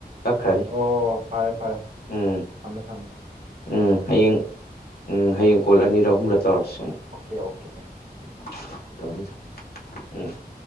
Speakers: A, on the left (about 70°); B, on the right (about 55°).
A: ꯀꯛꯈ꯭ꯔꯅꯤ
B: ꯑꯣ ꯐꯔꯦ ꯐꯔꯦ
A: ꯎꯝ
B: ꯊꯝꯃꯦ ꯊꯝꯃꯦ
A: ꯎꯝ ꯍꯌꯦꯡ ꯎꯝ ꯍꯌꯦꯡ ꯀꯣꯜ ꯑꯅꯤꯔ ꯑꯍꯨꯝꯔ ꯇꯧꯔꯁꯤ ꯑꯃꯨꯛ
B: ꯑꯣꯀꯦ ꯑꯣꯀꯦ
A: <unintelligible> ꯎꯝ